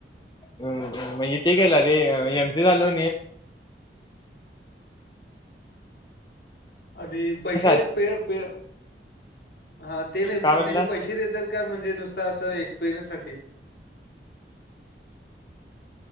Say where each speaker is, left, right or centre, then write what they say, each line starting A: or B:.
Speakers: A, on the left (about 25°); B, on the left (about 65°).
A: म्हणजे ते केलं र एम सी चालू
B: आणि पैसे
A: काय
B: प प हा ते नाही
A: म्हणला
B: पण त्यांनी पैसे देतात का म्हणजे नुसता असं एक्सपिरियन्स सा